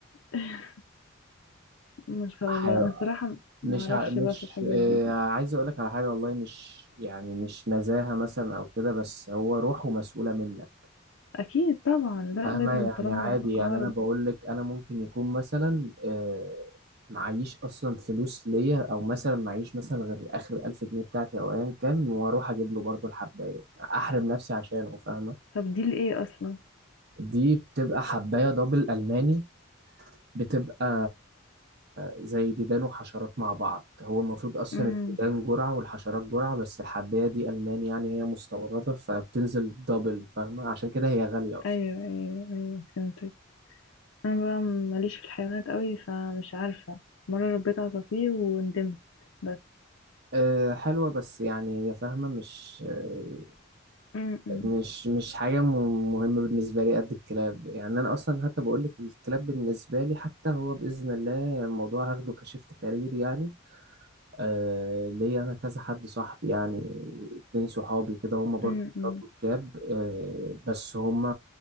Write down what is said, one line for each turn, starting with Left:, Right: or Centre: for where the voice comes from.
Left: <laughs> ما شاء
Right: <laughs>
Left: الله انا صراحة
Right: مش
Left: ما اعرفش
Right: ع... مش
Left: بقى في الحاجات
Right: آه
Left: دي
Right: عايز اقول لك على حاجه والله مش يعني مش نزاهه مثلا او كده بس هو روحه مسؤوله منك
Left: اكيد طبعا لا
Right: فاهمه
Left: لازم
Right: يعني
Left: طالما
Right: عادي يعني
Left: اعرف
Right: انا بقول لك انا ممكن يكون مثلا آه معيش اصلا فلوس ليا او مثلا معيش مثلا غير اخر 1000 جنيه بتاعتي او ايا كان واروح اجيب له برضه الحبايه احرم نفسي عشانه فاهمه
Left: طب دي لايه اصلا
Right: دي بتبقى حبايه دبل الماني بتبقى زي ديدان وحشرات مع بعض هو المفروض أصلا
Left: امم
Right: الديدان جرعة والحشرات جرعة بس الحباية دي ألمان يعني هي مستوردة فبتنزل دبل فاهمة عشان كده هي غالية أصلا
Left: ايوه ايوه ايوه فهمتك انا بقى ماليش في الحيوانات قوي فمش عارفة مرة ربيت عصافير وندمت بس
Right: أه حلوة بس يعني هي فاهمة مش آه،
Left: امم
Right: مش مش حاجة م- مهمة بالنسبة لي قد الكلاب يعني أنا أصلا حتى بقول لك الكلاب بالنسبة لي حتى هو بإذن الله الموضوع هاخده كشيفت كارير يعني آه ليا انا كذا حد صاحبي يعني اتنين صحابي كده هم برضو
Left: امم
Right: بيربوا كلاب آه بس هم